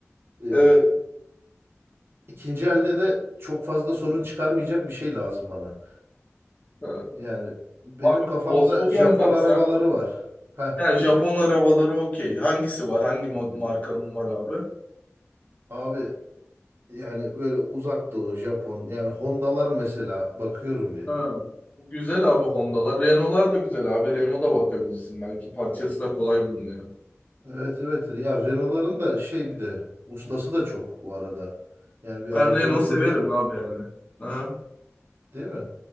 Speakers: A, on the right; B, on the left.
A: Ee,
B: Evet.
A: ikinci elde de çok fazla sorun çıkarmayacak bir şey lazım bana.
B: Ha.
A: Yani benim
B: Abi
A: kafamda
B: Volkswagen
A: Japon
B: baksan.
A: arabaları var. Heh,
B: Ha, Japon arabaları okey. Hangisi var? Hangi mod- markanın var abi?
A: abi yani böyle uzaktı o Japon. Yani Honda'lar mesela bakıyorum bir.
B: Ha. Güzel abi Honda'lar. Renault'lar da güzel abi. Renault'a bakabilirsin. Belki parçası da kolay bulunuyor.
A: Evet evet ya Renault'ların da şey bir de ustası da çok bu arada. Yani bir arıza
B: Ben Renault
A: olduğunda
B: severim abi yani. Aha.
A: değil mi?